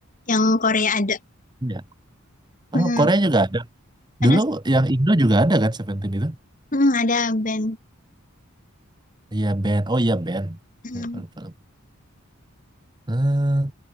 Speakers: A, on the left; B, on the right.
A: Yang Korea ada.
B: Ya.
A: Hmm,
B: Oh, Korea juga ada.
A: ada
B: Dulu yang Indo juga ada kan Seventeen itu?
A: hmm, ada band.
B: Iya band. Oh iya band.
A: Hmm.
B: Ya, film- film. Eh,